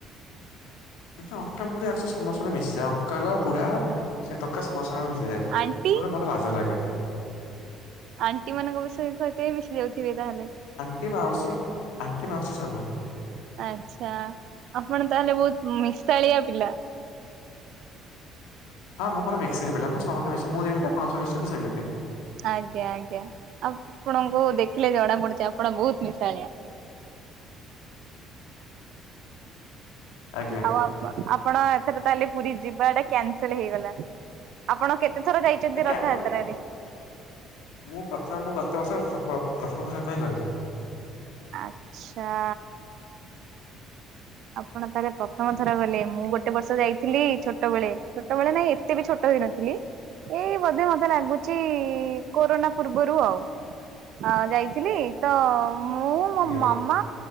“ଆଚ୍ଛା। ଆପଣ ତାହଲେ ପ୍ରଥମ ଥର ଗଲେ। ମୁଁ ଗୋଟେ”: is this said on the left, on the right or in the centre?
Right